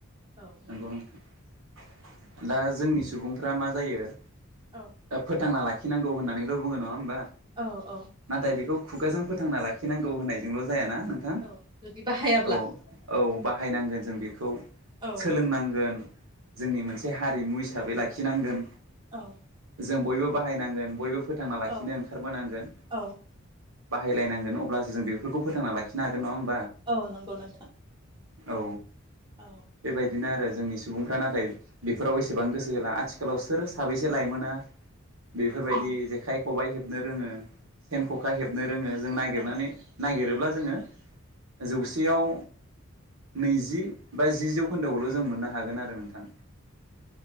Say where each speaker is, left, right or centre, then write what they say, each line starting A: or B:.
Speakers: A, on the right; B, on the right.
A: औ नोंथां
B: नोंगौ नोंथां दा जोंनि सुबुंफ्रा मा जायो। ओ
A: औ
B: फोथांना ला खि नांगौ होननैल' बुङो नङा होमबा।
A: औ औ।
B: नाथाय बेखौ खुगाजों फोथांना लाखिनांगौ होननायजोंल'ज जाया ना नोंथां
A: औ जुदि बाहायाब्ला
B: औ औ बाद हायनांगो न जों बिखौ।
A: औ
B: सोलोंनांगोन। जोंनि मोनसे हारिमु हिसाब साबै लाखि। खिनांगोन
A: औ
B: जों बयबोब बाहायनांगोन बयबोब। फोथांना लाखिनो
A: औ
B: ओंखारबोनांगोन।
A: औ
B: बाहायलायनांगोन अब्लासो जों बेफोरखौ फोथांना लाखिनो हागोन नङा होमब
A: औ नंगौ नोंथां।
B: औ।
A: औ
B: बेबायदिनो आरो जोंनि सुबुंफ्रा नाथाय बेफोराव एसेबां गोसो होला आथिखालाव सोर साबैसे लाइमोना बेफोरबायदि
A: औ
B: जेखाय खबाइ हेब हेबनो रोङो सेन ख'खा हेबनो रोङो जों नागिरनानै
A: औ
B: नागिरोब ब्ला जोङो जौसेयाव नैजि बा जि जौखोन्दोखौल' जों मोननो हागोन आरो नोंथां